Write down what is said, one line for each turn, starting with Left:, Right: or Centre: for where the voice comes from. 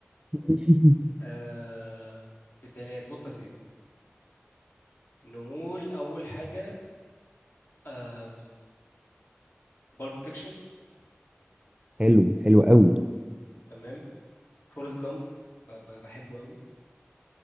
Right: <laughs>
Left: آه... التسعينات بص يا سيدي نقول اول حاجه آه... بالب فيكشن
Right: حلو حلو قوي
Left: تمام فورست جامب ب- ب- بحبه قوي